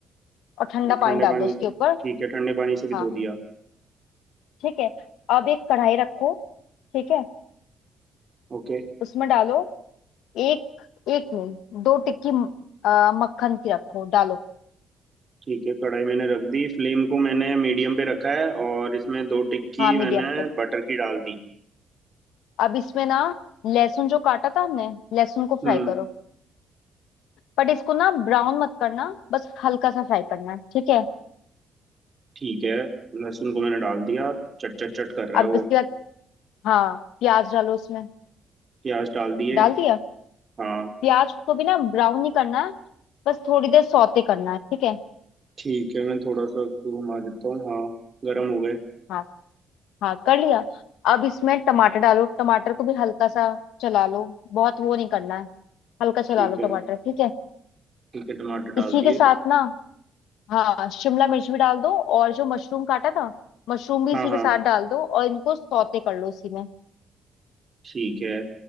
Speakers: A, on the left; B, on the right.
A: और ठंडा
B: और ठंडे
A: पानी डाल
B: पानी
A: दो उसके ऊपर
B: ठीक है ठंडे पानी से भी
A: हाँ
B: धो दिया
A: ठीक है अब एक कढ़ाई रखो ठीक है
B: ओके
A: उसमें डालो एक एक नहीं दो टिक्की म- अ, मक्खन की रखो डालो
B: ठीक है कढ़ाई मैंने रख दी फ्लेम को मैंने मीडियम पे रखा है और इसमें दो टिक्की
A: हाँ मीडियम
B: मैंने
A: पे
B: बटर की डाल दी
A: अब इसमें ना लहसुन जो काटा था हमने लहसुन को
B: हम्म
A: फ्राई करो बट इसको ना ब्राउन मत करना बस हल्का सा फ्राई करना है ठीक है
B: ठीक है लहसुन को मैंने डाल दिया चट चट चट कर रहा
A: अब
B: है वो
A: इसके बाद हाँ प्याज डालो उसमें
B: प्याज डाल दिए
A: डाल दिया
B: हाँ
A: प्याज को भी ना ब्राउन नहीं करना है बस थोड़ी देर सौते करना है ठीक है
B: ठीक है मैं थोड़ा सा उसको घुमा देता हूँ हाँ गर्म हो गए
A: हाँ हाँ कर लिया अब इसमें टमाटर डालो टमाटर को भी हल्का सा चला लो बहुत वो नहीं करना है हल्का चला
B: ठीक
A: लो
B: है
A: टमाटर ठीक है
B: ठीक है टमाटर
A: इसी
B: डाल दिए
A: के साथ ना हाँ शिमला मिर्च भी डाल दो और जो मशरूम काटा था मशरूम भी
B: हाँ
A: इसी
B: हाँ
A: के साथ डाल दो और इनको सौते कर लो इसी में
B: ठीक है